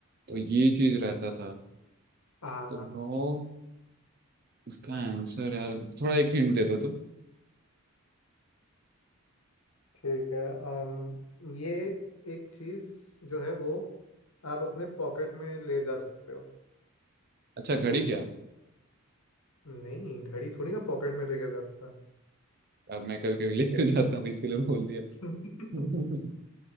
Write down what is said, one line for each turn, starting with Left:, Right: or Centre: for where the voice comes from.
Right: तो ये चीज रहता था
Left: हाँ
Right: तो इसका आंसर यार थोड़ा एक हिंट दे दो तो
Left: ठीक है अम ये एक चीज जो है वो आप अपने पॉकेट में ले जा सकते हो
Right: अच्छा घड़ी क्या
Left: नहीं घड़ी थोड़ी ना पॉकेट में लेके जाता है
Right: यार मैं कभी कभी लेकर जाता हूँ इसीलिए बोल दिया
Left: <laughs>
Right: <laughs>